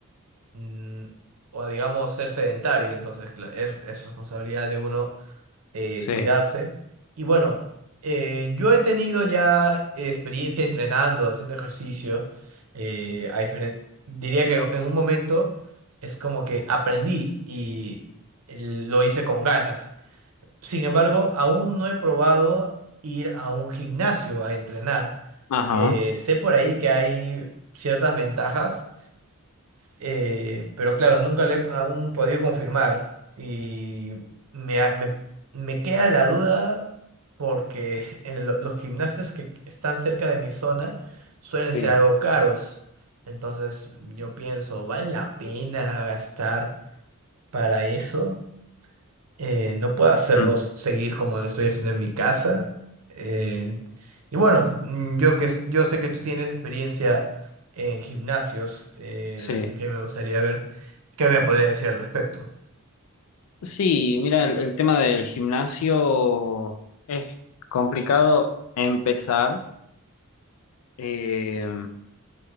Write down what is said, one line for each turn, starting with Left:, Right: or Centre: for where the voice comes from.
Right: mm, o a digamos, ser sedentario, entonces cla- es es responsabilidad de uno eh,
Left: sí,
Right: cuidarse. Y bueno, eh, yo he tenido ya experiencia entrenando, haciendo ejercicio. eh, a diferen- diría que en un momento es como que aprendí y el- lo hice con ganas. Sin embargo, aún no he probado ir a un gimnasio a entrenar.
Left: Ajá.
Right: Eh, sé por ahí que hay ciertas ventajas eh, pero claro, nunca le he aún podido confirmar. Y me, ha- me, me queda la duda porque <laughs> en lo- los gimnasios que están cerca de mi zona suelen
Left: sí,
Right: ser algo caros. Entonces yo pienso, ¿vale la pena gastar para eso? eh, no puedo hacerlos
Left: mm,
Right: seguir como lo estoy haciendo en mi casa. eh, y bueno, mm, yo que s- yo sé que tú tienes experiencia en gimnasios, eh,
Left: sí.
Right: así que me gustaría ver qué me podría decir al respecto.
Left: Sí, mira, el, el tema del gimnasio es complicado empezar, eh,